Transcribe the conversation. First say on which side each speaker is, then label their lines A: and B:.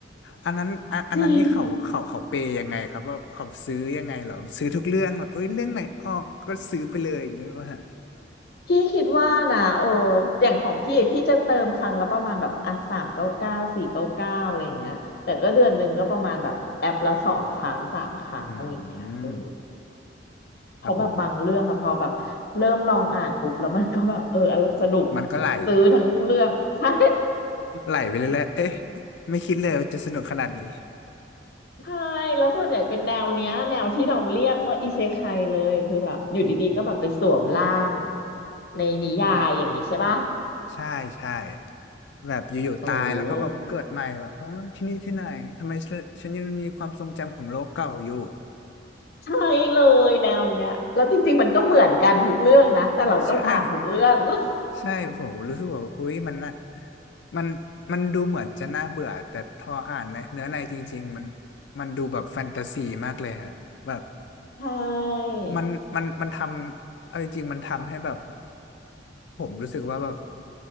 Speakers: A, on the left (about 70°); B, on the left (about 55°).
A: อันนั้นอันอันนั้นนี่เขาเขาเขาเปย์ยังไงครับว่าเขาซื้อยังไงเหรอซื้อทุกเรื่องแบบเอ้ยเรื่องไหนออกก็ซื้อไปเลยอย่างนี้ป่ะฮะ
B: ๆจริง พี่คิดว่านะโอ้อย่างของพี่อะพี่จะเติมครั้งละประมาณแบบอ่ะสามเก้าเก้าสี่เก้าเก้าอะไรอย่างเงี้ยแต่ก็เดือนหนึ่งก็ประมาณแบบแอปละสองครั้งสามครั้งอะไรอย่างเงี้ยเออ
A: อืม
B: เพราะแบบบางเรื่องอะพอแบบเริ่มลองอ่านปุ๊บแล้วมันก็แบบเอออร่อยสนุก
A: ครับผมมันก็ไหล
B: ซื้อทั้งเรื่อง <laughs> ใช่
A: <laughs> ไหลไปเรื่อยๆเอ๊ะไม่คิดเลยว่าจะสนุกขนาดนี้
B: <laughs> ใช่แล้วส่วนใหญ่เป็นแนวเนี้ยแนวที่เราเรียกว่าอิเซไคเลยคือแบบอยู่ดีๆก็แบบไปสวมร่าง
A: อืม
B: ในนิยายอย่างนี้ใช่ปะ
A: อ๋อใช่ใช่แบบอยู่ๆตายแล้วก็แบบเกิดใหม่เหรอเออที่นี่ที่ไหนทำไมฉันฉันยังมีความทรงจำของโลกเก่าอยู่
B: เออ ใช่เลยแนวเนี้ยแล้วจริงๆมันก็เหมือนกันทุกเรื่องนะแต่เราก็อ่านทุกเรื่อง
A: ใช่
B: <laughs>
A: ใช่ผมรู้สึกว่าอุ๊ยมันน่ะมันมันดูเหมือนจะน่าเบื่อแต่พออ่านในเนื้อในจริงๆมันมันดูแบบแฟนตาซีมากเลยฮะแบบ
B: ใช่
A: มันมันมันทำเอาจริงๆมันทำให้แบบผมรู้สึกว่าแบบ